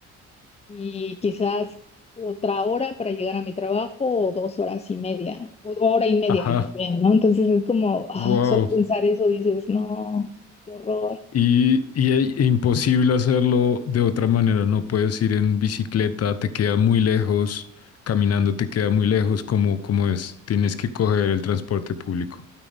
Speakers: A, on the left (about 20°); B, on the left (about 50°).
A: y quizás otra hora para llegar a mi trabajo o dos horas y media, o hora y media
B: ajá.
A: más bien, ¿no? Entonces es como, ah,
B: Wow.
A: solo pensar eso dices, no, qué horror.
B: Y, y e- e imposible hacerlo de otra manera, no puedes ir en bicicleta, te queda muy lejos, caminando te queda muy lejos, como, como es, tienes que coger el transporte público,